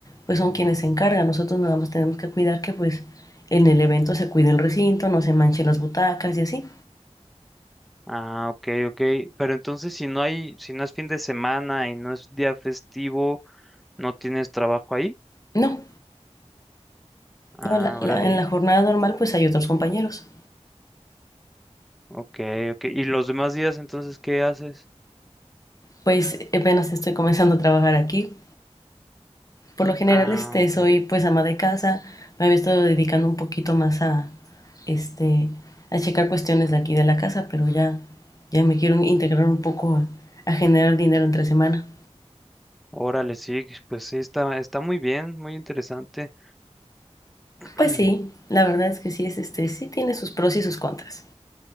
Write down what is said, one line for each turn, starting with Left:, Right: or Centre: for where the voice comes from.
Left: pues son quienes se encargan. Nosotros nada más tenemos que cuidar que pues en el evento se cuide el recinto, no se manchen las butacas y así.
Centre: Ah, ok, ok. Pero entonces si no hay, si no es fin de semana y no es día festivo, ¿no tienes trabajo ahí?
Left: No,
Centre: Ah,
Left: no la, la,
Centre: órale.
Left: en la jornada normal pues hay otros compañeros.
Centre: Ok, ok. ¿Y los demás días entonces qué haces?
Left: Pues apenas estoy comenzando a trabajar aquí. Por lo general
Centre: Ah,
Left: este,
Centre: ok.
Left: soy pues ama de casa, me había estado dedicando un poquito más a, este, a checar cuestiones de aquí de la casa, pero ya, ya me quiero integrar un poco a, a generar dinero entre semana.
Centre: Órale, sí, pues sí, está, está muy bien, muy interesante. <clears throat>
Left: Pues sí, la verdad es que sí es este, sí tiene sus pros y sus contras.